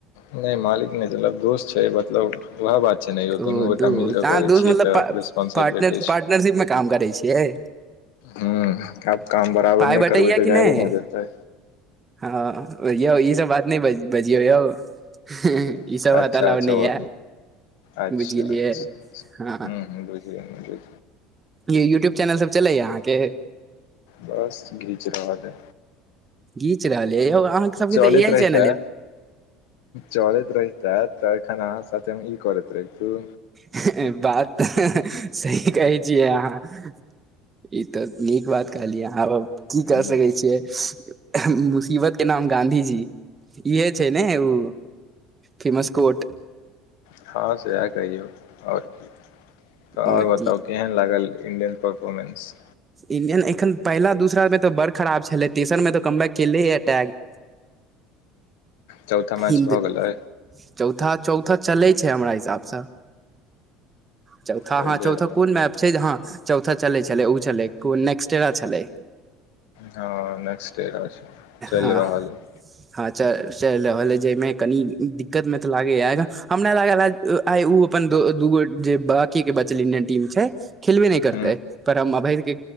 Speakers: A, on the left; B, on the right.
A: नइ मालिक नइ मतलब दोस्त छै मतलब वैह बात छै ने यौ
B: ओ
A: दुनू गोटा
B: दोस्त
A: मिल कऽ
B: अहाँ
A: करै
B: दोस्त
A: छियै
B: मतलब
A: तऽ रेस्पोंसिबिलिटी
B: पार्टनर पार्टनरशिप मे काम करै छियै
A: हुँ आब काम बराबर
B: पाइ
A: नइ
B: बटैया
A: करबे तऽ
B: कि
A: गायरे
B: नहि
A: न देतै
B: हँ यौ ई सब बात नइ बज बजियौ यौ <inaudible> ई
A: छै
B: सब बात
A: अच्छा
B: अलाव नइ यै
A: ओ अच्छा
B: बुझि गेलियै
A: अच्छा अच्छा
B: हँ
A: ह्म ह्म बुझि गेलियै बुझ
B: ये यूट्यूब चैनल सब चलैया अहाँके
A: बस घीच रहल ऐ
B: घीच रहल यै यौ अहाँ सबके
A: चलैत
B: तऽ चहे
A: रहितै
B: चैनल य
A: चलैत रहितै तऽ एखन अहाँ साथेे ई करैत रहितू
B: ह्ह बात तऽ सही कहै छियै अहाँ ई तऽ नीक बात कहलियै आहाँ अ अब
A: हँ
B: की केय सकै छियै मुसीबत के नाम गाँधी जी इहे छै ने उ फेमस कोट
A: हँ सेहे कहियौ और की तऽ
B: और
A: बताउ
B: की
A: कि केहन लागल इण्डियन परफॉर्मेन्स
B: इण्डियन एखन पहिला दूसरामे तऽ बड़ खराब छलै तेसरमे तऽ कमबैक केलै एटैक
A: चौथा मैच
B: हिन्द
A: भऽ गेलै
B: चौथा चौथा चलै छै हमरा हिसाबसँ चौथा
A: चलिए
B: हँ चौथा
A: रहल
B: कोन मैप छै जे हँ चौथा चलै छलै छलै कोन नेक्सट्रा छलै
A: हँ नेक्स्ट्रा छै चलि
B: हँ
A: रहल अई
B: हँ च चलि रहल है जाहिमे कनी दिक्कत मे तऽ लागे यऽ हमरा लागल है आइ ओ अपन दु दूगो जे बाकी के बचल इंडियन टीम छै खेलबे नहि करते
A: ह
B: पर हम अभय के